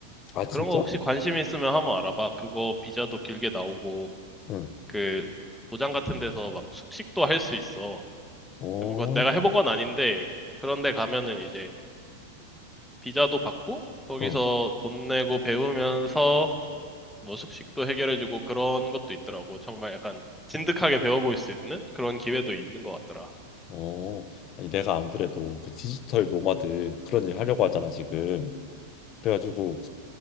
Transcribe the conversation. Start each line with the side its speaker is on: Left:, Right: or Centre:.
Left: 아, 진짜?
Centre: 그런 거 혹시 관심 있으면 한번 알아봐. 그거 비자도 길게 나오고
Left: 응.
Centre: 그 도장 같은 데서 막 숙식도 할 수 있어.
Left: 어,
Centre: 뭐 그거 내가 해본 건 아닌데 그런데 가면은 이제 비자도 받고 거기서
Left: 어,
Centre: 돈 내고 배우면서 뭐 숙식도 해결해주고 그런 것도 있더라고. 정말 약간 진득하게 배워볼 수 있는 그런 기회도 있는 것 같더라.
Left: 어. 아니, 내가 안 그래도 그 디지털 노마드 그런 일 하려고 하잖아, 지금. 그래가지고,